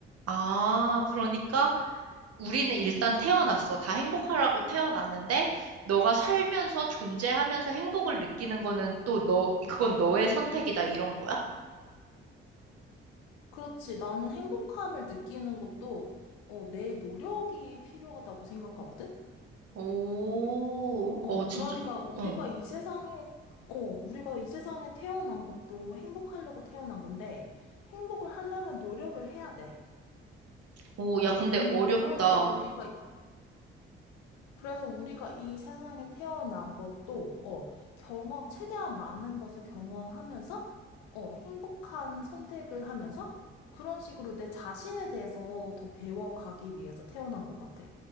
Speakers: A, on the right; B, on the left.
A: 아, 그러니까 우리는 일단 태어났어. 다 행복하라고 태어났는데, 너가 살면서 존재하면서 행복을 느끼는 거는 또 너, 그건 너의 선택이다, 이런 거야?
B: 그렇지. 나는 행복함을 느끼는 것도, 어, 내 노력이 필요하다고 생각하거든?
A: 오,
B: 어,
A: 어, 진짜,
B: 그러니까 우리가
A: 응.
B: 이 세상에, 어, 우리가 이 세상에 태어난 것도 행복하려고 태어난 건데, 행복을 하려면 노력을 해야 돼.
A: 오,
B: 어,
A: 야, 근데
B: 그,
A: 어렵다.
B: 그러니까 우리가, 그래서 우리가 이 세상에 태어난 것도, 어, 경험, 최대한 많은 것을 경험하면서, 어, 행복한 선택을 하면서, 그런 식으로 내 자신에 대해서 더 배워가기 위해서 태어난 것 같아.